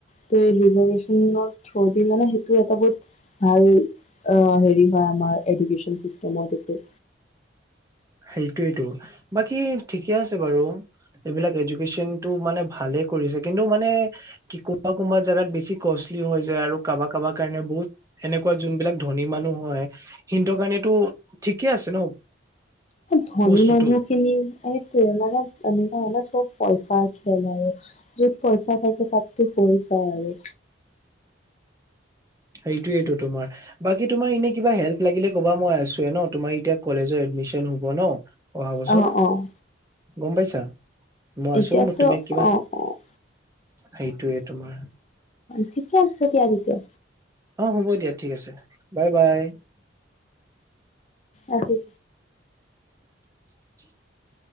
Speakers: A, on the left (about 35°); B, on the right (about 15°).
A: ত ৰিজাৰভেশচনত থুৰ দি মানে তোৰ এটা বুট ভাল হেৰি আহ হয় আমাৰ এডুকেশ্যন ছিষ্টেমত এইটো
B: সেইটোৱে টো বাকী ঠিকে আছে বাৰু। এইবিলাক এডুকেশ্যনতটো মানে ভালে কৰিছে, কিন্তু মানে কি কবা কোনোবা জাগাত বেছি কষ্টলি হৈ যায় আৰু কাৰোবাক। কাব কাৰণে বহুত এনেকুৱা যোনবিলাক ধনী মানুহ হয়। হিন্দুৰ কাৰণেতো ঠিকে আছে ন।
A: ধনী
B: বস্তুটো
A: মানুহ খিনি এইটোৱে মানে এনেকুৱা হ'লে চ'ব পইচা খেল আৰু য'ত পইছা খেল থাকে তাতটো পইছা আৰু
B: সেইটোয়েইো তোমাৰ বাকি তোমাৰ এনে কিবা হেল্প লাগিলে কবা মই আছোয়ে ন তোমাৰ এতিয়া কলেজৰ এডমিশ্যন হ'ব ন অহা বছৰ।
A: আৰু অ', অ',
B: গ'ম পাইছা, মই আছোঁ,
A: এতিয়াতো
B: মোৰ তুমি কিবা। সেইটোৱে,
A: অ', অ',
B: তোমাৰ।
A: ঠিকে আছে দিয়া তেতিয়া।
B: অ হ'ব দিয়া ঠিক আছে বাই বাই
A: আজি
B: <unintelligible>